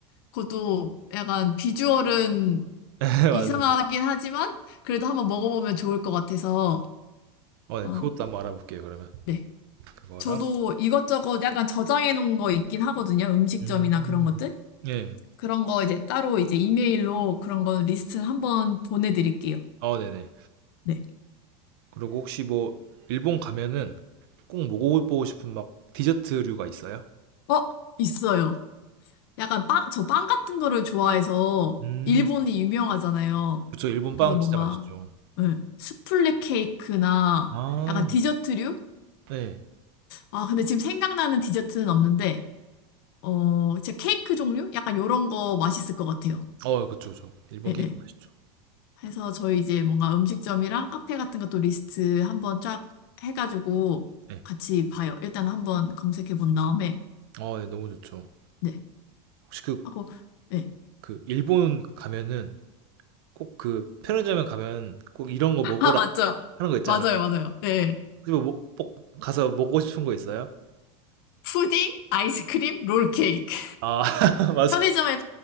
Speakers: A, on the left; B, on the right.
A: 그것도 약간 비주얼은
B: <laughs> 네,
A: 이상하긴
B: 맞아요.
A: 하지만 그래도 한번 먹어보면 좋을 것 같아서
B: 어, 네,
A: 어,
B: 그것도 한번 알아볼게요, 그러면.
A: 네.
B: 그거랑.
A: 저도 이것저것 약간 저장해 놓은 거 있긴 하거든요. 음식점이나
B: 음.
A: 그런 것들.
B: 예.
A: 그런 거 이제 따로 이제 이메일로 그런 거 리스트 한번 보내드릴게요.
B: 어, 네네.
A: 네.
B: 그리고 혹시 뭐, 일본 가면은 꼭 먹어보고 싶은 막 디저트류가 있어요?
A: 어, 있어요. 약간 빵, 저 빵 같은 거를 좋아해서
B: 음.
A: 일본이 유명하잖아요.
B: 그쵸. 일본
A: 그래서
B: 빵
A: 뭔가,
B: 진짜 맛있죠.
A: 예, 수플레 케이크나
B: 아.
A: 약간 디저트류?
B: 네.
A: 아, 근데 지금 생각나는 디저트는 없는데, 어, 진짜 케이크 종류? 약간 요런 거 맛있을 것 같아요.
B: 어 그쵸, 그쵸. 일본
A: 예,
B: 케이크
A: 예.
B: 맛있죠.
A: 해서 저희 이제 뭔가 음식점이랑 카페 같은 것도 리스트 한번 쫙 해가지고
B: 네.
A: 같이 봐요. 일단 한번 검색해 본 다음에
B: 어 예 너무 좋죠.
A: 네
B: 혹시 그
A: 하고 네.
B: 그 일본 가면은 꼭 그 편의점에 가면 꼭 "이런 거
A: <laughs>
B: 먹어라."
A: 아 맞죠?
B: 하는 거 있잖아요.
A: 맞아요, 맞아요. 네.
B: 그거 뭐 뭐, 꼭 가서 먹고 싶은 거 있어요?
A: 푸딩, 아이스크림, 롤케이크.
B: 아 <laughs> 맞아.
A: 편의점에